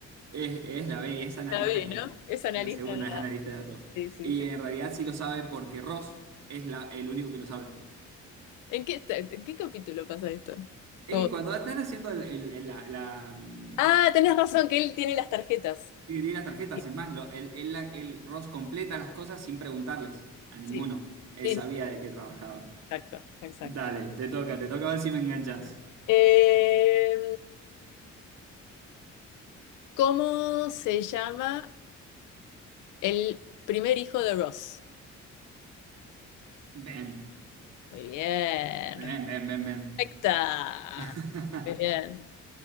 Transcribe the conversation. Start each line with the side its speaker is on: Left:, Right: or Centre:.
Right: Es, es la B, es analista
Left: La ve,
Right: de datos.
Left: ¿no? Es analista
Right: La segunda
Left: de la...
Right: es analista de datos.
Left: Sí, sí,
Right: Y
Left: sí.
Right: en realidad sí lo sabe porque Ross es la- el único que lo sabe.
Left: ¿En qué, está- en qué capítulo pasa esto?
Right: Y
Left: Oh.
Right: cuando están haciendo el, el- el- la, la, mm,
Left: Ah, tenés razón, que él tiene las tarjetas.
Right: dividir las tarjetas,
Left: Sí,
Right: es más, lo- el, el- la- el Ross completa las cosas sin preguntarles a ninguno.
Left: sí,
Right: Él
Left: sí,
Right: sabía de qué trabajaba.
Left: exacto, exacto.
Right: Dale, te toca, te toca a ver si me enganchas.
Left: Eh, ¿cómo se llama el primer hijo de Ross?
Right: Ven.
Left: Muy bien,
Right: Bien, bien, bien, bien.
Left: perfecta.
Right: <laughs>
Left: Muy bien.